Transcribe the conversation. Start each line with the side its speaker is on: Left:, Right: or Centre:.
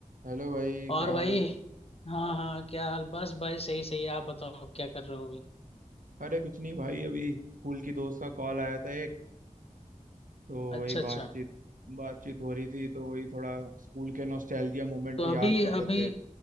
Right: Hello भाई
Left: और
Right: क्या
Left: भाई
Right: हाल
Left: हाँ हाँ क्या हाल बस भाई सही सही आप बताओ क्या कर रहे हो अभी
Right: अरे कुछ नहीं भाई अभी स्कूल की दोस्त का कॉल आया था एक तो
Left: अच्छा
Right: वही बातचीत
Left: अच्छा
Right: बातचीत हो रही थी तो वही थोड़ा स्कूल के नॉस्टैल्जिया मोमेंट
Left: तो
Right: याद
Left: अभी
Right: कर रहे
Left: अभी
Right: थे